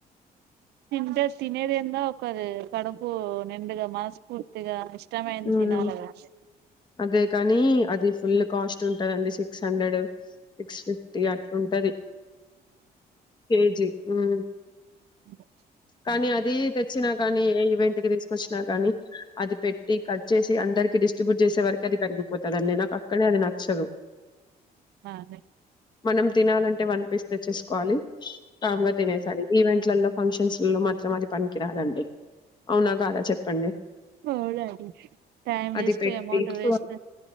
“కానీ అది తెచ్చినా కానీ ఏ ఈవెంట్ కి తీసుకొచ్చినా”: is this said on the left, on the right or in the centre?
Left